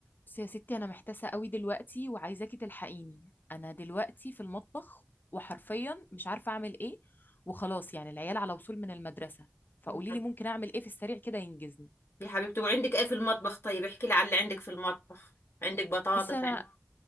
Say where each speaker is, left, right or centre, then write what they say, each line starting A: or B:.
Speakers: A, on the left; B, on the left.
A: بس يا ستي انا محتاسه قوي دلوقتي وعايزاكي تلحقيني انا دلوقتي في المطبخ وحرفيا مش عارفه اعمل ايه وخلاص يعني العيال على وصول من المدرسه فقولي
B: يا حب-
A: لي ممكن اعمل ايه في السريع كده ينجزني
B: يا حبيبتي وعندك ايه في المطبخ طيب احكي لي على اللي عندك في المطبخ عندك بطاطس
A: بصي انا
B: عندك